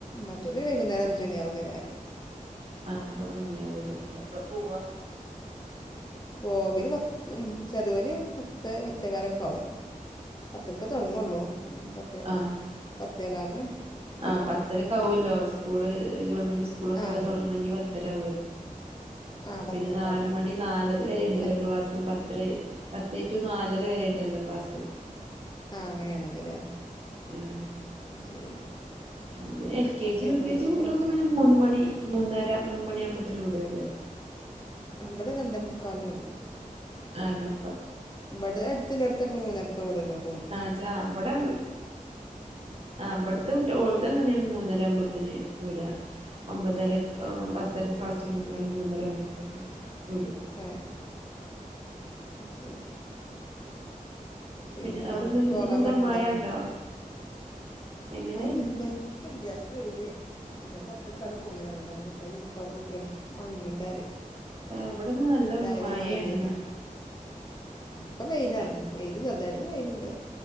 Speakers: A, on the left (about 30°); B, on the right (about 45°).
A: മറ്റേ വര് വൈകുന്നേരം അഞ്ചു മണി ആകും വരാൻ
B: ആഹ് <unintelligible> എപ്പള പോവാ
A: പോകല് പത്ത് ചെറിയവർ പത്തേ പത്തേ കാലൊക്കെ ആവും പത്തരക്കെ തൊടാങ്ങുവൊള്ളൂ പത്തേ
B: ആഹ്
A: പത്തേകാലിന്
B: ആഹ്
A: ഓര്
B: പത്തരക്കാവുമല്ലോ
A: പോകും
B: സ്കൂള് ഗവൺമെന്റ് സ്കൂളൊക്കെ
A: ആ
B: തുടങ്ങണെങ്കിൽ പത്തര
A: ആ പത്തര
B: പിന്നെ നാല്
A: ആകും
B: മണി നാല് <unintelligible>
A: മറ്റ്
B: വരും പത്തേ ടു നാലര വരെ ഉണ്ടല്ലോ ക്ലാസ്.
A: ആഹ് അങ്ങനെയാണ് അങ്ങനെയാണ്
B: ആഹ്
A: ശരിയാണ്
B: പിന്നെ L K G
A: വരുമ്പോഴത്തേനെത്താ
B: U K G കുട്ടികൾക്ക് പിന്നെ മൂന്ന് മണി മൂന്നര മൂന്ന മണിയാകുമ്പത്തേന് വിടല്ലോ?
A: ഇവിടെ രണ്ടേമുക്കാലിന് വിടും.
B: അണോ?
A: ഇവിടെ അടുത്തി അടുത്തൊക്കെ മൂന്നരക്കേ വിടുവെളളു.
B: ആ ഇവിടെ ആ ഇവിടത്തെ വിട്ട ഓൾതന്നെയാണ്
A: ആ
B: മൂന്നര ആവുമ്പ ന് കൂട ഒമ്പതര
A: ആ ആ
B: പത്തരക്ക്
A: ആ
B: ക്ലാസ്തുടങ്ങു മൂന്നരയാക്കുമ്പോ വിടും.
A: ആ ആ ശരി പിന്നെന്താ
B: പിന്നെ അവിടെന്ന്
A: പോകാൻ
B: ഇന്ന എന്താ
A: മടിയുണ്ടോ
B: മാഴ ഉണ്ടോ? എങ്ങനെ
A: മഴ ഉണ്ടായിനിഇപ്പം ഇല്ല. വെയിലെനി പുറത്ത് ഇട്ടികണ്ട് പൊന്നിനികുട്ടികളെ യൂണിഫോം ഒക്കെ ഉണങ്ങേണ്ട
B: ഇവിടെന്ന് നല്ല
A: രാവിലെ
B: മഴയാണ്ന്ന്
A: മഴ ഇല്യനിയോ ഇപ്പൊ വെയിലാണ് വെയിലാണ്. ചെറുതായിട്ട് വെയിലുണ്ട്.